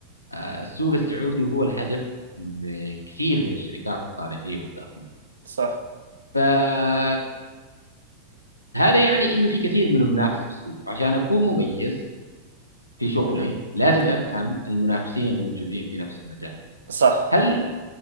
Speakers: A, on the left; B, on the right.
A: آه، السوق السعودي هو الهدف لكثير من الشركات الخارجية والداخلية
B: صح
A: فهذا يعني أنه في كثير من المنافسة في السوق عشان أكون مميز في شغلي
B: مهم.
A: لازم
B: أوكي
A: أفهم المنافسين الموجودين في نفس المجال
B: صح
A: هل